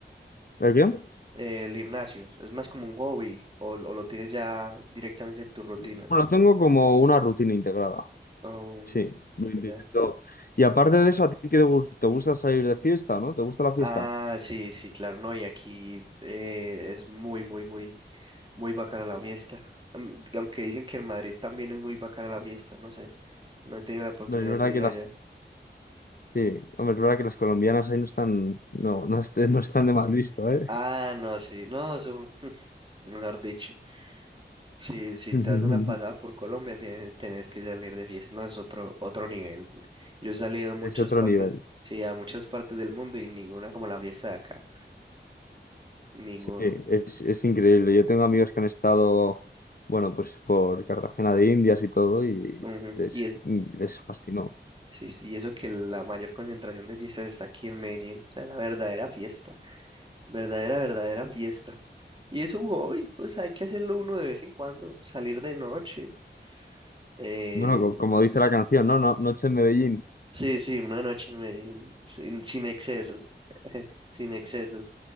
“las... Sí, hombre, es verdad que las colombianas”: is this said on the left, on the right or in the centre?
Left